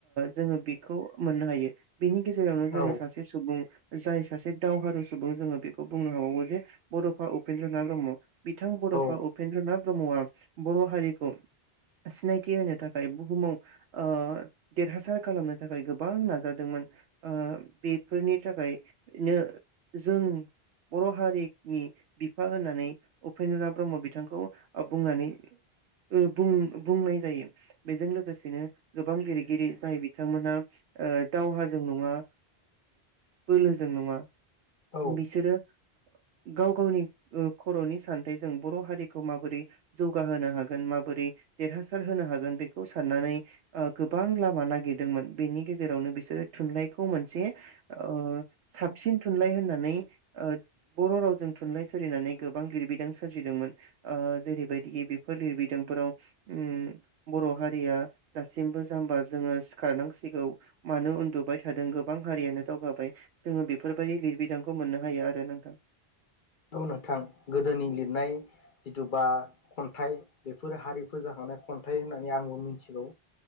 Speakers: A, on the right (about 85°); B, on the left (about 50°).
A: जोङो बेखौ मोननो हायो। बिनि गेजेरावनो जोङो
B: औ
A: सुबुं जाय सासे दावहारु सुबुं जोङो बेखौ बुंनो हाबावो जे बड'फा उपेन्द्रनाथ ब्रह्म बिथां बड'फा
B: औ
A: उपेन्द्रनाथ ब्रह्मआ बर' हारिखौ सिनायथि होनो थाखाय बुहुमाव ओ देरहासार खालामनो थाखाय गोबां नाजादोंमोन ओह बेफोरनि थाखायनो जों बर' हारिनि बिफा होननानै उपेन्द्रनाथ ब्रह्म बिथांखौ बुंनानै बुं बुंनाय जायो बेजों लोगोसेनो गोबां लिरगिरि जाय बिथांमोनहा ओ दावहाजों नङा बोलोजों नङा
B: औ
A: बिसोरो गाव गावनि खर'नि सान्थायजों बर' हारिखौ माबोरै जौगाहोनो हागोन माबोरै देरहासार होनो हागोन बेखौ साननानै ओ गोबां लामा नागिरदोंमोन बेनि गेजेरावनो बिसोरो थुनलाइखौ मोनसे ओ साबसिन थुनलाइ होननानै बर' रावजों थुनलाइ सोरजिनानै गोबां लिरबिदां सोरजिदोंमोन ओ जेरैबायदि बेफोर लिरबिदांफोराव उम बर' हारिया दासिमबो जामबा जोङो सिखारनांसिगौ मानो उन्दुबाय थादों गोबां हारियानो दावगाबाय जोङो बेफोरबायदि लिरबिदांखौ मोननो हायो आरो नोंथां।
B: औ नोंथां गोदोनि लिरनाय जिथु बा खन्थाइ बेफोर हारिफोर जाखांनाय खन्थाइ होननानै आंबो मिथिगौ।